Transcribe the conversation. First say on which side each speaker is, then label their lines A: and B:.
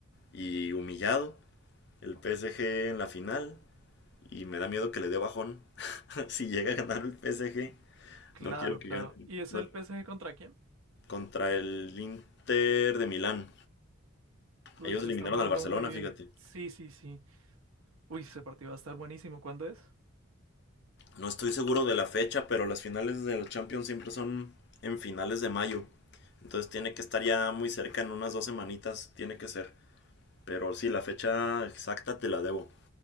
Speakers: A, on the left (about 50°); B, on the right (about 75°).
A: y humillado, el PSG en la final, y me da miedo que le dé bajón <laughs> si llega a ganar el PSG,
B: Claro,
A: no quiero que
B: claro.
A: gane
B: ¿Y es
A: no,
B: el PSG contra quién?
A: contra el Inter de Milán.
B: Uy,
A: Ellos
B: se
A: eliminaron
B: está jugando
A: al Barcelona,
B: muy bien.
A: fíjate.
B: Sí, sí, sí. Uy, ese partido va a estar buenísimo. ¿Cuándo es?
A: No estoy seguro de la fecha, pero las finales del Champions siempre son en finales de mayo. Entonces tiene que estar ya muy cerca, en unas dos semanitas tiene que ser. Pero sí, la fecha exacta te la debo.